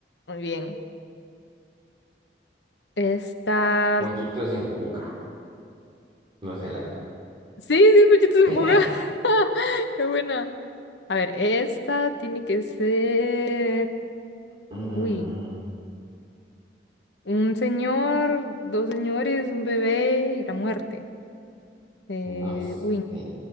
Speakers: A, on the left (about 80°); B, on the right (about 30°).
A: Muy bien. Esta...
B: pollitos en <laughs> fuga. No sé la verdad.
A: Sí, sí, pechito se
B: <laughs>
A: ponga. <laughs> ¡Qué buena! A ver, esta tiene que ser...
B: Mm,
A: Uy. Un señor, dos señores, un bebé y la muerte. Eh,
B: no
A: uy,
B: sé.